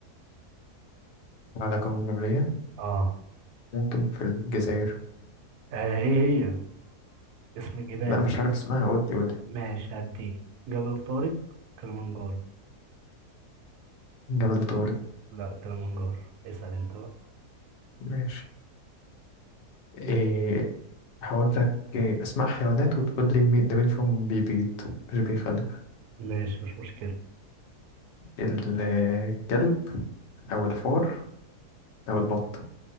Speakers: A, on the left; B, on the right.
A: على قوم جبلية
B: اه
A: ممكن في الجزائر
B: آه، ايه هي اسم الجبال
A: لا مش عارف اسمها قول لي قول لي
B: ماشي هديه جبل طارق كلمنجارو
A: جبل طارق
B: لا كلمنجارو اسأل انت بقى
A: ماشي إيه هقول لك إيه، اسماء حيوانات وتقول لي مين ده مين فيهم بيبيض مش بيخلف
B: ماشي مش مشكلة
A: الكلب او الفار او البط